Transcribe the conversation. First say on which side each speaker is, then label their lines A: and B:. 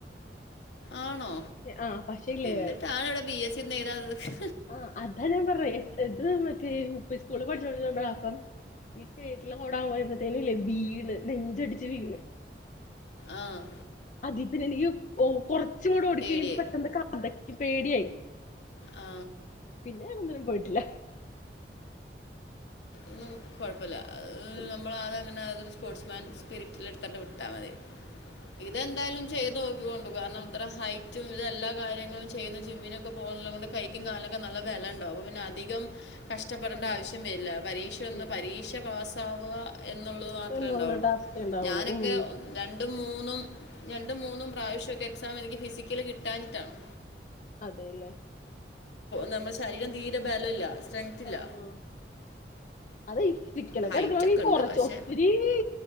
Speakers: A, on the left; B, on the left.
A: ആണോ
B: ആ പക്ഷേ ഇല്ലേ
A: എന്നിട്ടാണോ ഇവിടെ പി എസ് സി ഒന്നും എഴുതാതെ നിക്ക്
B: ആഹ് അതാ ഞാൻ പറഞ്ഞെ ഇത് മറ്റേ യു പി സ്കൂളിൽ പഠിച്ചോടപ്പളാ ഈ സ്റ്റേറ്റില ഓടാൻ പോയ്പത്തേകും ഇല്ലേ വീണ് നെഞ്ചടിച്ച് വീണ്
A: ആഹ്
B: അത പിന്നെ എനിക്ക് കൊറ കൊറച്ച് കൂടെ ഓടിക്ക
A: പേടി
B: പെട്ടന്ന് കെതക്കും പേടിയായി
A: ആ,
B: പിന്നെ ഞാൻ ഒന്നിനും പോയിട്ടില്ല
A: ഉം കുഴപ്പമില്ല
B: പിന്നെ
A: നമ്മള അതങ്ങനെ അത് സ്പോർട്സ്മാൻ സ്പിരിറ്റിൽ എടുത്ത വിട്ടാൽ മതി ഇതെന്തായാലും ചെയ്ത ചെയ്തു നോക്കിക്കോളൂ കാരണം
B: ആ
A: ഇത്ര ഹൈ ചറ്റും ഇത എല്ലാ കാര്യങ്ങളും ചെയ്യുന്നു ജിമ്മിനൊക്കെ പോക കൊണ്ട് കൈക്കും കാലൊക്കെ നല്ല ബലം ഉണ്ടാവും അപ്പം പിന്നെ അധികം കഷ്ടപ്പെടേണ്ട
B: ഉണ്ടാവും
A: ആവശ്യം വരില്ല പരീക്ഷ ഒന്ന്
B: ഉണ്ടാവും
A: പരീക്ഷ പാസ ആവുക എന്നുള്ളത് മാത്രമേ
B: എന്നുള്ള
A: ഉണ്ടാവുള്ളൂ
B: ടാസ്കേ ഉണ്ടാവുള്ളൂ
A: ഞാനൊക്കെ
B: ഉം
A: രണ്ടും മൂന്നും രണ്ടും മൂന്നും പ്രാവശ്യമൊക്കെ എക്സാം എനിക്ക് ഫിസിക്കൽ കിട്ടാഞ്ഞിട്ടാണ്
B: അതെല്ലേ
A: നമ്മുടെ ശരീരം തീരെ ബലമില്ല സ്ട്രെങ്ത്ത് ഇല്ല
B: ആ ആ അതെ ഈ ഫിസിക്കൽ ഒക്കെ
A: ഹൈറ്റ്
B: എടുക്കണമെങ്കിൽ
A: ഉണ്ട്
B: കുറച്ച്
A: പക്ഷെ
B: ഒത്തിരി ഈ